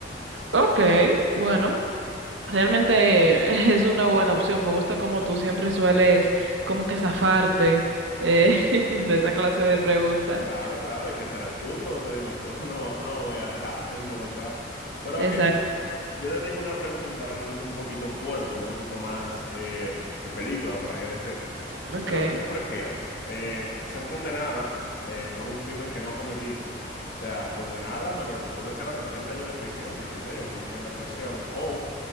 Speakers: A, on the right; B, on the left.
A: ok, bueno, realmente <laughs> es una buena opción. Me gusta como tú siempre sueles como que zafarte eh, <laughs> de esa
B: Cla-
A: clase de preguntas.
B: Claro, claro, y que serás tú, todo lo que dime tú. <laughs> No, no me voy a dejar <laughs> involucrar. Pero ok.
A: Exacto,
B: Yo le tengo una pregunta realmente un poquito fuerte, un poquito más eh, de película, por así decirlo.
A: ok.
B: Pero ¿qué tú prefieres? Eh, ¿ser condenada eh, por un crimen que no cometiste? O sea, condenada me re- puede ser hasta 30 años de prisión, 16 o 15 años de prisión, o